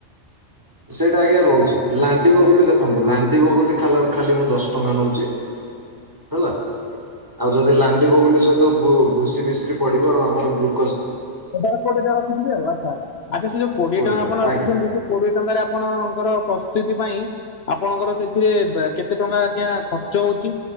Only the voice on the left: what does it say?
ସେ ଟାର କୋଡିଏ ଟଙ୍କା ରଖୁଥିବେ‌ ଆଉ ଆଚ୍ଛା ଆଚ୍ଛା ସେ ଯୋଉ କୋଡିଏ
ଟଙ୍କା ଆପଣ ରଖୁଛନ୍ତି।
କୋଡିଏ ଟଙ୍କାରେ ଆପଣଙ୍କର ପ୍ରସ୍ତୁତି ପାଇଁ। ଆପଣଙ୍କ ର ସେଥିରେ ବେ କେତେ ଟଙ୍କା ଆଜ୍ଞା ଖର୍ଚ୍ଚ ହଉଛି।